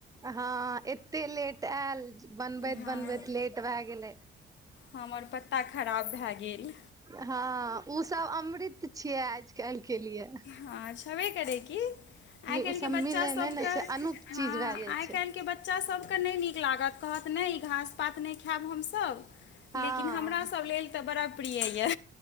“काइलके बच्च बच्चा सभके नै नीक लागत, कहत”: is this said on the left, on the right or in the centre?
Left